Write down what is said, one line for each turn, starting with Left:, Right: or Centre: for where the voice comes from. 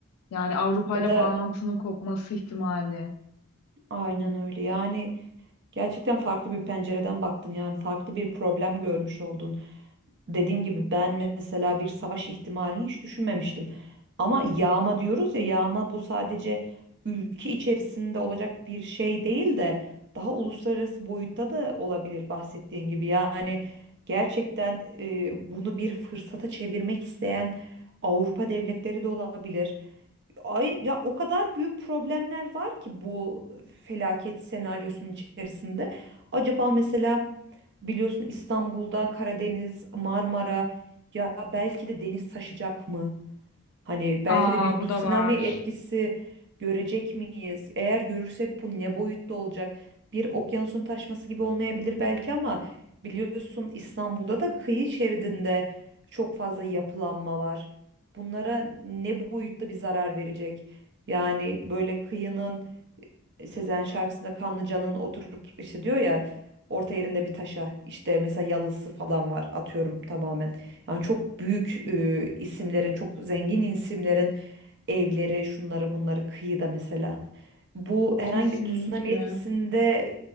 Left: yani Avrupa
Right: Ya
Left: ile
Right: da
Left: bağlantının kopması ihtimali.
Right: aynen öyle. Yani Gerçekten farklı bir pencereden baktın yani farklı bir problem görmüş oldun. Dediğim gibi ben mesela bir savaş ihtimalini hiç düşünmemiştim. Ama yağma diyoruz ya yağma bu sadece ülke içerisinde olacak bir şey değil de daha uluslararası boyutta da olabilir bahsettiğin gibi. Yani gerçekten e, bunu bir fırsata çevirmek isteyen Avrupa devletleri de olabilir. Ay ya o kadar büyük problemler var ki bu felaket senaryosunun içerisinde. Acaba mesela biliyorsun İstanbul'da Karadeniz, Marmara ya belki de deniz taşacak mı? Hani belki
Left: Aa
Right: de bir tsunami
Left: bu da var.
Right: etkisi görecek miyiz? Eğer görürsek bu ne boyutta olacak? Bir okyanusun taşması gibi olmayabilir belki ama biliyorsun İstanbul'da da kıyı şeridinde çok fazla yapılanma var. Bunlara ne boyutta bir zarar verecek? Yani böyle kıyının Sezen şarkısında Kanlıca'nın oturup işte diyor ya orta yerinde bir taşa işte mesela yalısı falan var atıyorum tamamen. Yani çok büyük e, isimlerin çok zengin isimlerin evleri şunları bunları kıyıda mesela. Bu herhangi
Left: Kesinlikle.
Right: bir tsunami etkisinde